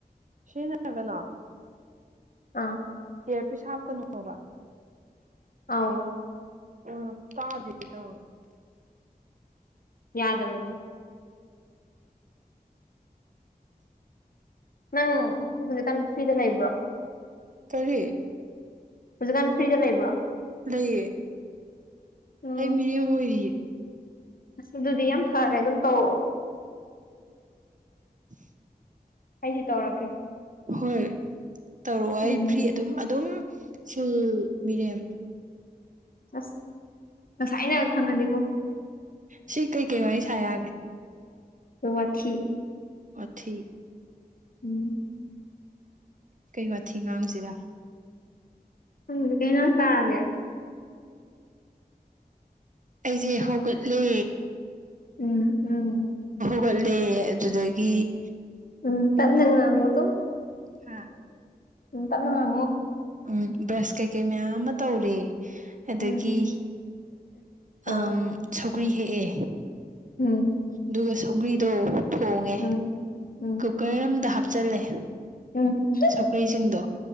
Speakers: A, on the right (about 55°); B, on the left (about 65°).
A: ꯁꯔꯤꯅꯒꯅꯥ
B: ꯑꯥ
A: ꯀꯌꯔ ꯄꯤꯁ ꯍꯥꯞꯀꯅꯨꯕ
B: ꯑꯥꯎ
A: ꯑ ꯇꯥꯖꯗ
B: ꯌꯥꯗꯕꯅꯦ ꯅꯪ ꯍꯧꯖꯤꯛꯀꯥꯟ ꯐ꯭ꯔꯤꯗ ꯂꯩꯕ꯭ꯔꯣ
A: ꯀꯔꯤ
B: ꯍꯧꯖꯤꯛꯀꯥꯟ ꯐ꯭ꯔꯤꯗ ꯂꯩꯕ꯭ꯔꯣ
A: ꯂꯩꯌꯦ
B: ꯎꯝ
A: ꯑꯩ ꯃꯤꯅꯦꯝ ꯑꯣꯏꯔꯤꯌꯦ
B: ꯑꯁ ꯑꯗꯨꯗꯤ ꯌꯥꯝ ꯐꯔ꯭ꯔꯦ ꯑꯗꯨꯝ ꯇꯧꯔꯛꯑꯣ
A: <inaudible>
B: ꯑꯩꯁꯨ ꯇꯉꯒ꯭ꯔꯦ
A: ꯍꯣꯏ ꯇꯧꯔꯛꯑꯣ ꯑꯩ
B: ꯎꯝ
A: ꯐ꯭ꯔꯤ ꯑꯗꯨꯝ ꯑꯗꯨꯝ ꯁꯨꯜ ꯃꯔꯦꯝ
B: ꯑꯁ ꯉꯁꯥꯏꯅ ꯈꯪꯍꯅꯤꯀꯣ
A: ꯁꯤ ꯀꯩꯀꯩ ꯋꯥꯔꯤ ꯁꯥꯔꯛꯑꯒꯦ
B: ꯇ ꯋꯥꯁꯤ
A: ꯄꯊꯤ
B: ꯎꯝ
A: ꯀꯩ ꯋꯥꯊꯤ ꯉꯥꯡꯁꯤꯔꯥ
B: ꯍ ꯀꯩꯅ ꯐꯒꯦ
A: ꯑꯩꯁꯦ ꯍꯧꯒꯠꯂꯦ
B: ꯎꯝ ꯎꯝ
A: ꯒꯠꯂꯦ ꯑꯗꯨꯗꯒꯤ
B: ꯎꯝ ꯇꯅꯉꯉꯣ ꯑꯗꯨ
A: ꯍꯥꯥ
B: ꯎꯇ ꯃꯥꯅꯦ
A: ꯎꯝ ꯕ꯭ꯔꯁ ꯀꯩꯀꯩ ꯃꯌꯥꯝ ꯑꯃ ꯇꯧꯔꯦ ꯑꯗꯒꯤ
B: ꯎꯝ ꯑ
A: ꯑꯝ ꯁꯧꯒ꯭ꯔꯤ ꯍꯦꯛꯑꯦ
B: ꯎꯝ
A: ꯑꯗꯨꯒ ꯁꯧꯒ꯭ꯔꯤꯗꯣ ꯊꯣꯡꯉꯦ
B: ꯎꯝ ꯎꯝ
A: ꯀꯨꯀꯔ ꯑꯃꯝꯗ ꯍꯥꯞꯆꯤꯜꯂꯦ
B: ꯎꯝ
A: ꯁꯧꯀ꯭ꯔꯤꯁꯤꯡꯗꯣ